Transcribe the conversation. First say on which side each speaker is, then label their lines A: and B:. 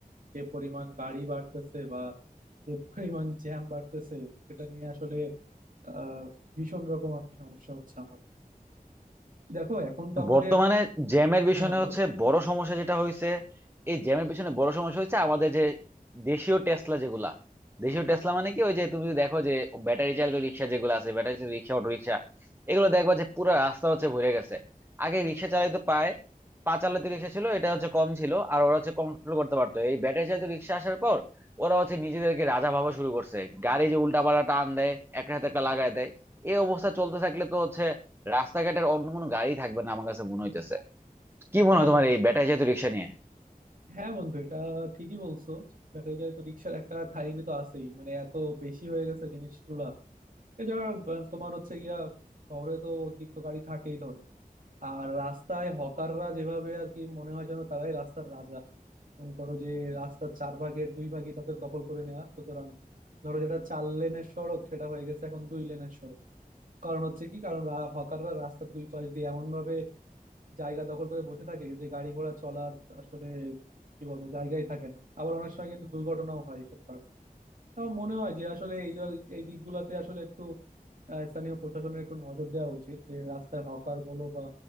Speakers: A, on the right (about 60°); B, on the right (about 15°).
A: যে পরিমাণ গাড়ি বাড়তেছে বা যে পরিমাণ জ্যাম বাড়তেছে সেটা নিয়ে আসলে আহ ভীষণ রকম আর কি সমস্যা হচ্ছে আমার দেখো এখন তো আমাদের
B: বর্তমানে জ্যামের পিছনে
A: হ্যাঁ হ্যাঁ বলো
B: হচ্ছে বড় সমস্যা যেটা হয়েছে এই জ্যামের পিছনে বড় সমস্যা হচ্ছে আমাদের যে দেশীয় টেসলা যেগুলা দেশীয় টেসলা মানে কি ওই যে তুমি যদি দেখো যে ব্যাটারি চালিত রিক্সা যেগুলো আছে ব্যাটারি চালিত রিক্সা অটো রিক্সা এগুলো দেখবা যে পুরো রাস্তা হচ্ছে ভরে গেছে আগে রিক্সা চালিত পায় পা চালিত রিক্সা ছিল এটা হচ্ছে কম ছিল আর ওরা হচ্ছে কন্ট্রোল করতে পারতো এই ব্যাটারি চালিত রিক্সা আসার পর ওরা হচ্ছে নিজেদেরকে রাজা ভাবা শুরু করছে গাড়ি যে উল্টা পাল্টা টান দেয় একটা হাতে একটা লাগায় দেয় এই অবস্থা চলতে থাকলে তো হচ্ছে রাস্তাঘাটের অন্য কোনো গাড়ি থাকবে না আমার কাছে মনে হইতেছে কি মনে
A: হ্যাঁ
B: হয় তোমার
A: বন্ধু
B: এই ব্যাটারি চালিত রিক্সা নিয়ে
A: হ্যাঁ বন্ধু এটা ঠিকই বলছো ব্যাটারি গাড়িতে রিক্সার একটা খাইনি তো আছেই মানে এত বেশি হয়ে গেছে জিনিসগুলা এছাড়া ব- তোমার হচ্ছে গিয়া শহরে তো অতিরিক্ত গাড়ি থাকেই ধরো আর রাস্তায় হকাররা যেভাবে আর কি মনে হয় যেন তারাই রাস্তার রাজা মনে করো যে রাস্তার চার ভাগের দুই ভাগই তাদের দখল করে নেওয়া সুতরাং ধরো যেটা চার লেনের সড়ক সেটা হয়ে গেছে এখন দুই লেনের সড়ক কারণ হচ্ছে কি কারণ রা- হকাররা রাস্তার দুই পাশ দিয়ে এমন ভাবে জায়গা দখল করে বসে থাকে যে গাড়ি ঘোড়া চলার আসলে কি বলবো জায়গাই থাকে না আবার অনেক সময় কিন্তু দুর্ঘটনাও হয় এইসব কারণে আমার মনে হয় যে আসলে এই জ- এই দিকগুলাতে আসলে একটু আহ, স্থানীয় প্রশাসনের একটু নজর দেওয়া উচিত যে রাস্তায় হকার বলো বা